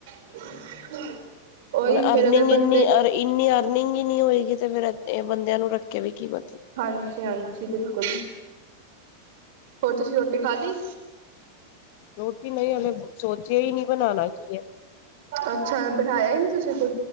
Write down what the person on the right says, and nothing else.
<unintelligible>
ਫੇਰ
ਅਗਰ
ਬੰਦੇ
ਹਾਂਜੀ-ਹਾਂਜੀ ਬਿਲਕੁਲ। ਹੋਰ ਤੁਸੀਂ ਰੋਟੀ ਖਾ ਲਈ?
ਅੱਛਾ ਦਿਖਾਇਆ ਹੀ ਨਹੀਂ ਤੁਸੀਂ ਕੋਈ,